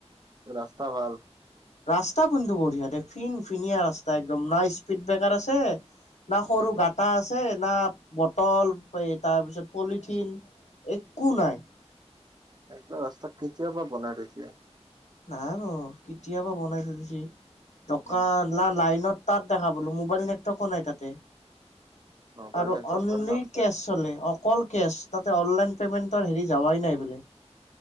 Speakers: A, on the right; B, on the left.
A: ৰাস্তা ভাল
B: ৰাস্তা বিন্তু বঢ়িয়া দে ফিন ফিনীয়া ৰাস্তা একদম নাই স্পীড ব্ৰেকাৰ আছে না সৰু
A: উম
B: গাটা আছে না বটল এই তাৰ পিছত পলিথিন একো নাই
A: এইিলা ৰাস্তা কেতিয়াবা বনাই থৈছে
B: নাই নো কেতিয়াবা বনাই থ দিছি টকা
A: উম
B: না লাইনত তাত দেখা বলো মোবাইল নটৱৰ্কো নাই তাতে
A: মোবাইল
B: আৰু
A: নেটৱৰ্ক
B: অনলি
A: ভাল নাপায়
B: কেচ হলে অকল কেচ তাতে অনলাইন পেমেন্টৰ হেৰি যাৱাই নাই বোলে।